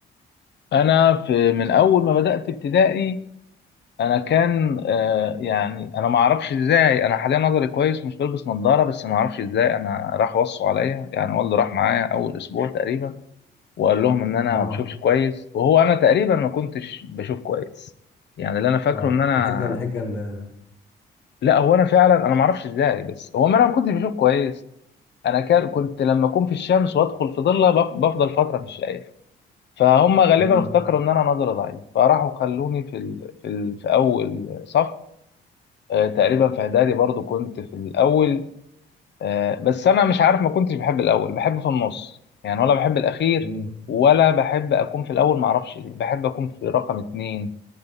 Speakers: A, on the left; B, on the left.
A: أنا في من أول ما بدأت ابتدائي أنا كان آه يعني أنا ما أعرفش إزاي أنا حاليا نظري كويس مش بلبس نظارة بس ما أعرفش إزاي أنا راح وصوا عليا يعني والدي راح معايا أول أسبوع تقريبا وقال لهم إن أنا
B: اه
A: ما بشوفش كويس وهو أنا تقريبا ما كنتش بشوف كويس يعني اللي أنا فاكره
B: اه
A: إن أنا
B: الحجه الحجه ال...
A: لا هو أنا فعلا أنا ما أعرفش إزاي بس هو ما أنا ما كنتش بشوف كويس أنا كان كنت لما أكون في الشمس وأدخل في ضلة بف- بفضل فترة مش شايف فهم غالبا
B: مم.
A: افتكروا ان انا نظري ضعيف فراحوا خلوني في ال... في, ال... في اول صف آه، تقريبا في اعدادي برضو كنت في الاول آه، بس انا مش عارف ما كنتش بحب الاول بحب في النص يعني ولا بحب الاخير
B: مم.
A: ولا بحب اكون في الاول ما اعرفش ليه بحب اكون في رقم اتنين